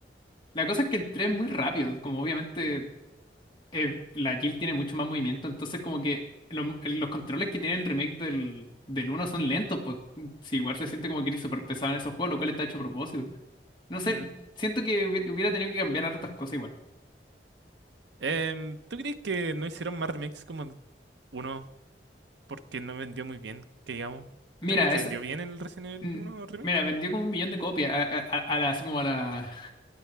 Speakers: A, on the left; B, on the right.
A: La cosa es que el 3 es muy rápido, como obviamente eh, la Jill tiene mucho más movimiento, entonces como que lo- eh, los controles que tiene el remake del, del uno son lentos, pues si igual se siente como que eres súper pesado en esos juegos, lo cual está hecho a propósito. No sé,
B: mm.
A: siento que hubi- hubiera tenido que cambiar hartas cosas igual.
B: Em, ¿tú crees que no hicieron más remakes como el 1 porque no vendió muy bien, que digamos?
A: Mira,
B: ¿Tú crees que
A: es,
B: vendió bien el Resident Evil
A: mm,
B: uno remake?
A: mira, vendió como un millón de copias a, a- a- a la, así como a la,